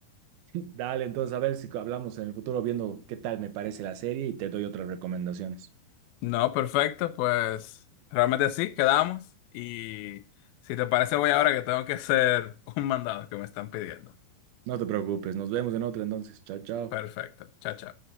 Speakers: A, on the right (about 80°); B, on the left (about 85°).
A: <laughs> Dale, entonces a ver si hablamos en el futuro viendo qué tal me parece la serie y te doy otras recomendaciones.
B: No, perfecto, pues realmente sí, quedamos. Y si te parece, voy ahora que tengo que hacer <laughs> un mandado que me están pidiendo.
A: No te preocupes, nos vemos en otra entonces. Chao, chao.
B: Perfecto, chao, chao.